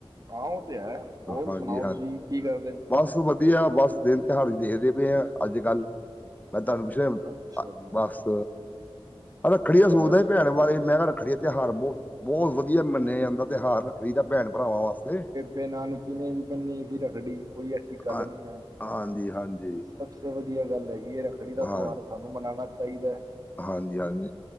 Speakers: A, on the right; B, on the left.
A: ਹਾਂ, ਉਹ ਤੇ ਹੈ। ਹੋਰ
B: ਹਾਂਜੀ
A: ਸੁਣਾਓ
B: ਹਾਂਜੀ
A: ਤੁਸੀਂ ਕੀ ਕਰ
B: ਬਸ ਵਧੀਆ ਬਸ ਦਿਨ ਤਿਹਾੜ ਦੇਖ ਦੇ ਪਏ ਆ ਅੱਜ-ਕੱਲ੍ਹ ਮੈਂ ਤੁਹਾਨੂੰ ਪੁੱਛ ਰਿਹਾ
A: ਅੱਛਾ ਜੀ
B: ਬਸ ਰੱਖੜੀ
A: ਚਲੋ
B: ਆ ਸੋਚਦਾ ਸੀ ਭੈਣ ਬਾਰੇ ਮੈਂ ਕਿਹਾ ਰੱਖੜੀ ਤਿਉਹਰ ਬਹੁਤ ਬਹੁਤ ਵਧੀਆ ਮੰਨਿਆ ਜਾਂਦਾ ਤਿਉਹਾਰ ਰੱਖੜੀ ਦਾ ਭੈਣ ਭਰਾਵਾਂ ਵਾਸਤੇ।
A: ਬੇ ਨਾਨਕੀ ਨੇ ਵੀ ਬੰਨੀ ਸੀ ਰੱਖੜੀ ਕੋਈ ਐਸੀ ਗੱਲ
B: ਹਾਂ
A: ਨੀ ਹੈ।
B: ਹਾਂਜੀ ਹਾਂਜੀ
A: ਸਭਸੇ ਵਧੀਆ ਗੱਲ ਹੈਗੀ ਹੈ। ਰੱਖੜੀ ਦਾ
B: ਹਾਂ
A: ਤਿਉਹਾਰ ਸਾਨੂੰ ਮਨਾਉਣਾ ਚਾਹੀਦਾ।
B: ਹਾਂਜੀ ਹਾਂਜੀ।